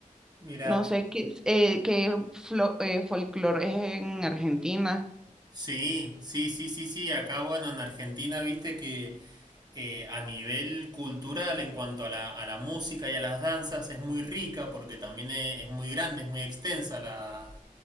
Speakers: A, on the right; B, in the centre.
A: Mira,
B: No sé qué, es- eh, qué flo- eh, folclore es en Argentina.
A: sí, sí, sí, sí, sí, acá bueno, en Argentina, viste que... eh, a nivel cultural en cuanto a la, a la música y a las danzas es muy rica porque también es, es muy grande, es muy extensa la,